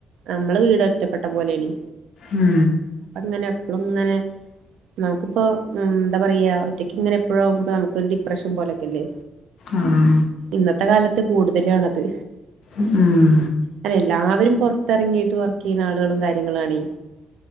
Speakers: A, on the right; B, on the left.
A: നമ്മള് വീട് ഒറ്റപ്പെട്ട പോലേആണ്
B: ഉം
A: അങ്ങനെ എപ്പളും ഇങ്ങനെ നമുക്കിപ്പോ എന്താ പറയാ ഒറ്റയ്ക്ക് ഇങ്ങനെ എപ്പോഴാകുമ്പോ നമുക്കൊരു ഡിപ്രഷൻ പോലൊക്കെല്ലേ
B: ആഹ്
A: ഇന്നത്തെ കാലത്ത് കൂടുതലു ആണത്
B: ഉം
A: അല്ല എല്ലാവരും പൊറത്തിറങ്ങിട്ട് വർക്ക് ചെയ്യണ ആളുകളും കാര്യങ്ങളാണയ്